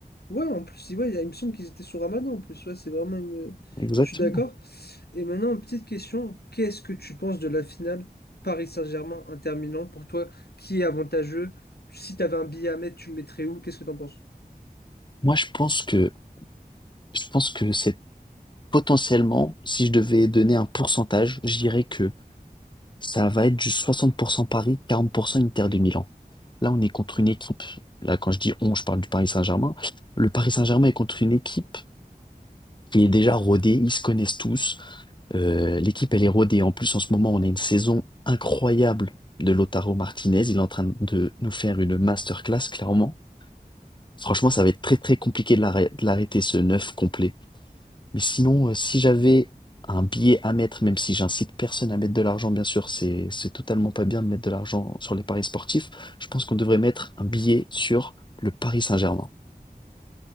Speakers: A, on the left (about 80°); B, on the left (about 30°).
A: Ouais, en plus, ouais, il me semble qu'ils étaient sous Ramadan en plus. Ouais, c'est vraiment une.
B: Exactement.
A: Je suis d'accord. Et maintenant, petite question. Qu'est-ce que tu penses de la finale Paris Saint-Germain, Inter Milan pour toi? Qui est avantageux? Si tu avais un billet à mettre, tu le mettrais où? Qu'est-ce que tu en penses?
B: Moi, je pense que, je pense que c'est potentiellement, si je devais donner un pourcentage, je dirais que ça va être du 60% Paris, 40% Inter de Milan. Là, on est contre une équipe. Là, quand je dis on, je parle du Paris Saint-Germain. Le Paris Saint-Germain est contre une équipe qui est déjà rodée. Ils se connaissent tous. Euh, l'équipe, elle est rodée. En plus, en ce moment, on a une saison incroyable de Lautaro Martinez. Il est en train de nous faire une masterclass, clairement. Franchement, ça va être très, très compliqué de l'arrê- de l'arrêter, ce neuf complet. Mais sinon, euh, si j'avais un billet à mettre, même si j'incite personne à mettre de l'argent, bien sûr, c'est c'est totalement pas bien de mettre de l'argent sur les paris sportifs. Je pense qu'on devrait mettre un billet sur le Paris Saint-Germain.